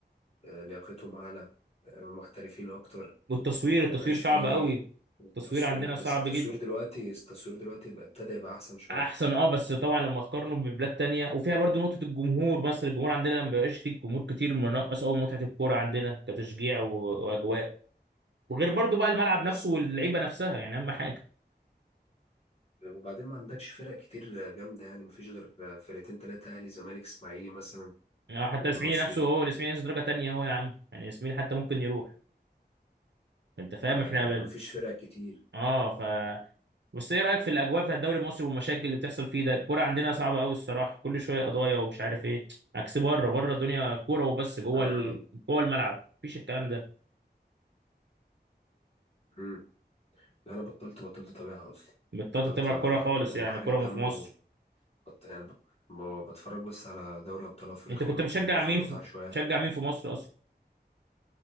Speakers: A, on the left; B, on the right.
A: آه، لياقتهم أعلى آه، محترفين أكتر
B: والتصوير
A: ما
B: التصوير
A: يبقاش
B: صعب
A: فيه
B: قوي التصوير
A: تسويق
B: عندنا
A: بس
B: صعب
A: التصوير
B: جدا
A: دلوقتي التصوير دلوقتي بقى ابتدى يبقى أحسن شوية
B: احسن اه بس طبعا لما تقارنه ببلاد تانية وفيها برضو نقطة الجمهور مثلا الجمهور عندنا لما بيبقاش فيه جمهور كتير منقص قوي متعة الكورة عندنا كتشجيع و- واجواء وغير برضو بقى الملعب
A: بس
B: نفسه واللعيبة نفسها يعني اهم حاجة
A: وبعدين ما عندكش فرق كتير جامدة يعني مفيش غير فرقتين تلاتة أهلي زمالك إسماعيلي مثلا
B: يعني حتى
A: والمصري
B: الاسماعيلي نفسه هو الاسماعيلي نفسه درجة تانية هو يا عم يعني الاسماعيلي حتى ممكن يروح انت فاهم احنا
A: يعني
B: بل...
A: مفيش فرق كتير
B: اه بس ايه رايك في الاجواء بتاعت الدوري المصري والمشاكل اللي بتحصل فيه ده الكوره عندنا صعبه قوي الصراحه كل شويه قضايا ومش عارف ايه عكس بره بره الدنيا كوره وبس جوه
A: انا
B: ال... جوه الملعب مفيش الكلام ده
A: مم. لا انا بطلت بطلت اتابعها اصلا
B: بطلت
A: بطلت
B: تتابع
A: آه،
B: الكوره خالص
A: يعني
B: يعني
A: حرق
B: كوره
A: الدم
B: في مصر
A: و... بط- يعني ب... ب- بتفرج بس على دوري ابطال افريقيا
B: انت كنت
A: ممكن
B: بتشجع
A: يبقى فيه
B: مين
A: متعة
B: في
A: شوية
B: بتشجع مين في مصر اصلا